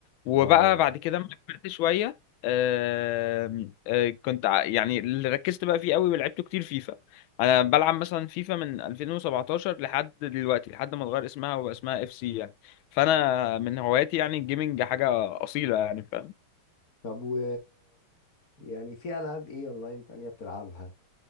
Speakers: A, on the left; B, on the left.
A: وبقى
B: اه
A: بعد كده لما كبرت شويه آم، آه، كنت ع- يعني اللي ركزت بقى فيه قوي ولعبته كتير فيفا انا بلعب مثلا فيفا من 2017 لحد دلوقتي لحد ما اتغير اسمها وبقى اسمها اف سي يعني فانا من هواياتي يعني الجيمنج حاجه اصيله يعني فاهم
B: طب و يعني في العاب ايه اونلاين تانية بتلعبها